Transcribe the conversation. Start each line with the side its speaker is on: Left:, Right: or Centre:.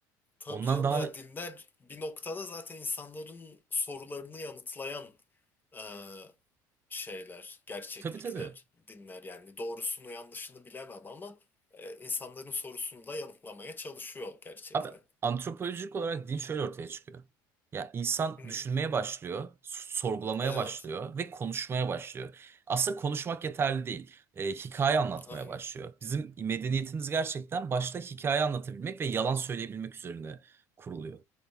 Left: Tabii
Right: Ondan
Left: canım
Right: daha
Left: ya dinler bir noktada zaten insanların sorularını yanıtlayan e, şeyler, gerçeklikler
Right: tabii tabii.
Left: dinler. Yani doğrusunu yanlışını bilemem ama e, insanların sorusunu da yanıtlamaya çalışıyor gerçekten.
Right: Abi antropolojik olarak din şöyle ortaya çıkıyor. Ya insan
Left: Hı.
Right: düşünmeye başlıyor, s- sorgulamaya
Left: Evet,
Right: başlıyor ve konuşmaya başlıyor. Aslında konuşmak yeterli değil. Ee, hikaye anlatmaya
Left: aynen.
Right: başlıyor. Bizim medeniyetimiz gerçekten başta hikaye anlatabilmek ve yalan söyleyebilmek üzerine kuruluyor.